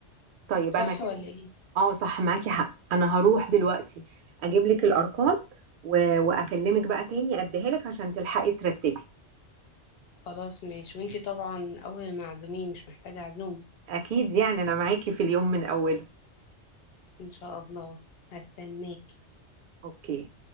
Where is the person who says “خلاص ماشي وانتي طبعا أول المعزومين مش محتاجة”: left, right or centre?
Left